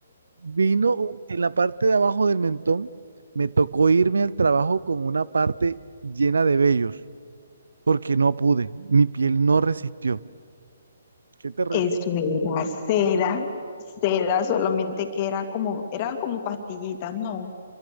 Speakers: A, on the right; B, on the left.
A: vino un- en la parte de abajo del mentón, me tocó irme al trabajo con una parte llena de vellos, porque no pude, mi piel no resistió. Qué terrible.
B: Eso era cera, cera solamente que era como, eran como pastillitas, no,